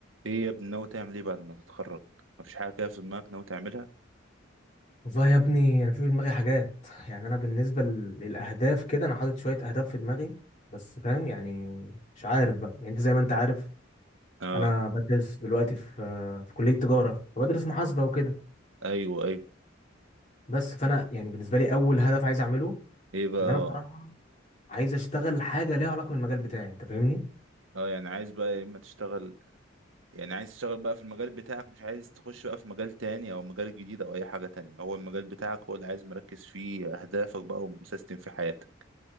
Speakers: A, on the right (about 70°); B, on the left (about 40°).
A: ايه يا ابني ناوي تعمل ايه بعد ما تتخرج مفيش حاجه كده في دماغك ناوي تعملها
B: والله يا ابني انا في في دماغي حاجات يعني انا بالنسبه ل- للاهداف كده انا حاطط شويه اهداف في دماغي بس فاهم يعني مش عارف بقى يعني انت زي ما انت عارف
A: اه
B: انا بدرس دلوقتي في في كليه تجاره وبدرس محاسبه وكده
A: ايوه ايوه
B: بس فانا يعني بالنسبه لي اول هدف عايز اعمله
A: ايه بقى
B: ان انا
A: اه
B: بصراحه عايز اشتغل حاجه ليها علاقه بالمجال بتاعي انت فاهمني
A: اه يعني عايز بقى يا اما تشتغل يعني عايز تشتغل بقى في المجال بتاعك مش عايز تخش بقى في مجال تاني او مجال جديد او اي حاجه تانية هو المجال بتاعك هو اللي عايز مركز فيه اهدافك بقى ومسيستم في حياتك